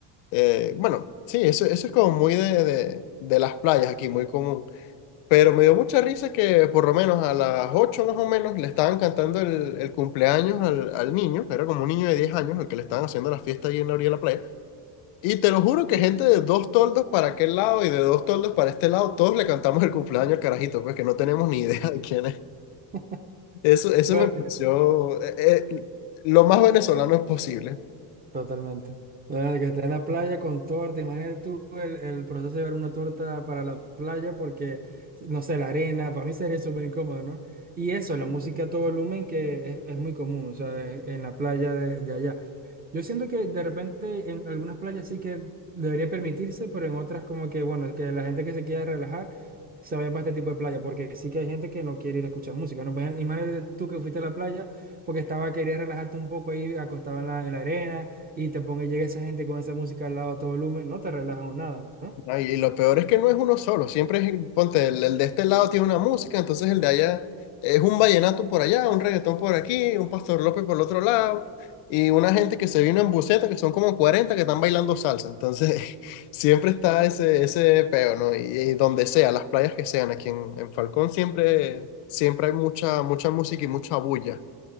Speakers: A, on the left; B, on the right.
A: eh, bueno, sí, eso, eso es como muy de, de, de las playas aquí, muy común. Pero me dio mucha risa que por lo menos a las 8 más o menos le estaban cantando el, el cumpleaños al, al niño. Era como un niño de 10 años al que le estaban haciendo la fiesta ahí en la orilla de la playa. Y te lo juro que gente de dos toldos para aquel lado y de dos toldos para este lado, todos le cantamos el cumpleaños al carajito, pues que no tenemos ni idea de quién es.
B: <laughs>
A: Eso, eso
B: Bueno,
A: me pareció eh, eh, lo más venezolano posible.
B: Totalmente. Bueno, que está en la playa con torta, imagínate tú el, el proceso de llevar una torta para la playa porque, no sé, la arena, para mí sería súper incómodo, ¿no? Y eso, la música a todo volumen que es, es muy común, o sea, en la playa de, de allá. Yo siento que de repente en algunas playas sí que debería permitirse, pero en otras como que, bueno, que la gente que se quiera relajar se vaya para este tipo de playa, porque sí que hay gente que no quiere ir a escuchar música, ¿no? Pues, Imagínate tú que fuiste a la playa porque estaba, querías relajarte un poco ahí acostado en la, en la arena y te ponga, llega esa gente con esa música al lado a todo volumen, no te relajas nada, ¿no?
A: No, y, y lo peor es que no es uno solo, siempre es, ponte, el, el de este lado tiene una música, entonces el de allá es un vallenato por allá, un reggaetón por aquí, un Pastor López por el otro lado, y una gente que se vino en buseta, que son como 40 que están bailando salsa, entonces <laughs> siempre está ese, ese peo, ¿no? Y, y donde sea, las playas que sean, aquí en, en Falcón siempre, siempre hay mucha, mucha música y mucha bulla.